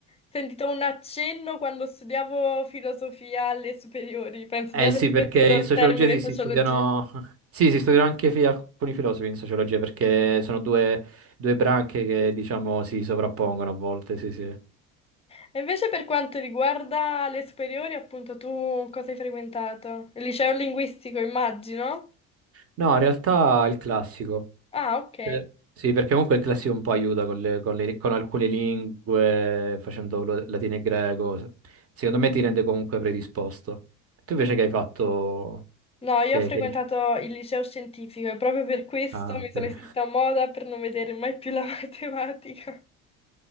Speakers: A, on the left; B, on the right.
A: sentito un accenno quando studiavo filosofia alle superiori, penso
B: Eh
A: di aver
B: sì, perché
A: sentito
B: in
A: il
B: sociologia
A: termine
B: sì,
A: sociologia.
B: si studiano, <laughs> sì, si studiano anche fi- alcuni filosofi in sociologia, perché sono due, due branche che diciamo si sovrappongono a volte, sì, sì.
A: E invece per quanto riguarda le superiori, appunto, tu cosa hai frequentato? Il liceo linguistico, immagino?
B: No, in realtà è il classico.
A: Ah, ok.
B: Per- Sì, perché comunque il classico un po' aiuta con le- con le- con alcune lingue, facendo lo- latino e greco. Secondo me ti rende comunque predisposto. Tu invece che hai fatto...
A: No, io
B: Che,
A: ho frequentato
B: che... liceo?
A: il liceo scientifico e proprio per questo
B: Ah,
A: mi
B: ok.
A: sono iscritta a moda per non vedere mai più la <laughs> matematica.